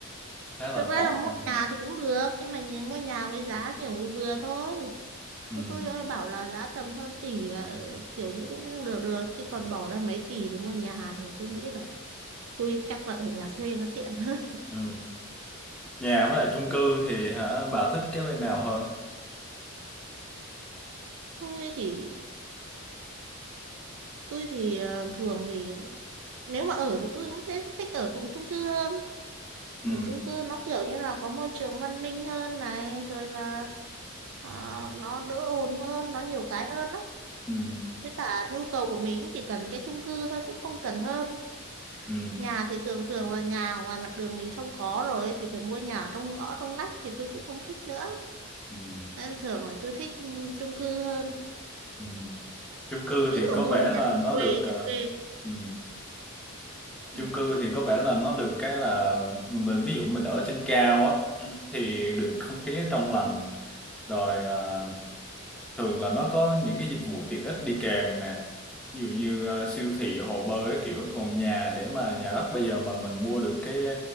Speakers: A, in the centre; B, on the right (about 65°).
A: khá là
B: thực ra
A: khó
B: là mua
A: khăn ha
B: nhà thì cũng được nhưng mà nhà, mua nhà với giá kiểu vừa vừa thôi
A: ừ.
B: nhưng tôi ơi, bảo là giá tầm hơn tỷ là ờ, kiểu như cũng được được chứ còn bỏ ra mấy tỷ để mua nhà thì tôi nghĩ là tôi chắc là ở nhà thuê nó tiện hơn
A: Ừ. Nhà với lại chung cư thì hả bà thích cái bên nào hơn
B: <laughs> tôi thì tôi thì ờ, thường thì nếu mà ở thì tôi cũng sẽ thích ở trong chung cư hơn
A: ừ.
B: ở chung cư nó kiểu như là có môi trường văn minh hơn này rồi là Ờ, nó đỡ ồn hơn nó nhiều cái hơn lắm
A: Ừ.
B: với cả nhu cầu của mình chỉ cần cái chung cư thôi cũng không cần hơn
A: Ừ.
B: nhà thì thường thường là nhà ở ngoài mặt đường mình không có rồi thì phải mua nhà ở trong ngõ trong ngách thì tôi cũng không thích nữa
A: Ừ. Ừ.
B: nên thường là tôi thích ừ, chung cư hơn
A: Ừ. chung cư
B: ví
A: thì
B: dụ
A: có
B: mua
A: vẻ
B: nhà
A: là nó
B: quê
A: được ờ,
B: thì ok
A: ừ. chung
B: ừ.
A: cư thì có vẻ là nó được cái là mình ví dụ mình ở trên cao á <clears throat> thì được không khí trong lành rồi ờ, thường là nó có những cái dịch vụ tiện ích đi kèm nè ví dụ như ờ, siêu thị hồ bơi cái kiểu còn nhà để mà nhà đất bây giờ mà mình mua được cái